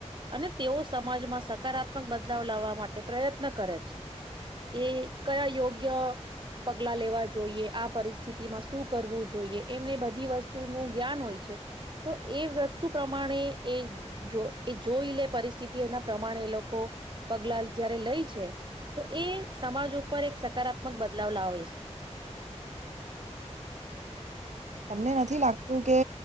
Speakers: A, on the right (about 40°); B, on the right (about 75°).
A: અને તેઓ સમાજમાં સકારાત્મક બદલાવ લાવવા માટે પ્રયત્ન કરે છે કે કયા યોગ્ય પગલા લેવા જોઈએ, આ પરિસ્થિતિમાં શું કરવું જોઈએ એમને બધી વસ્તુનું જ્ઞાન હોય છે તો એ વસ્તુ પ્રમાણે એ જો એ જોઈ લે પરિસ્થિ તી એના પ્રમાણે એ લોકો પગલા જયારે લે છે તો એ સમાજ ઉપર એક સકારાત્મક બદલાવ લાવે છે.
B: તમને નથી લાગતું કે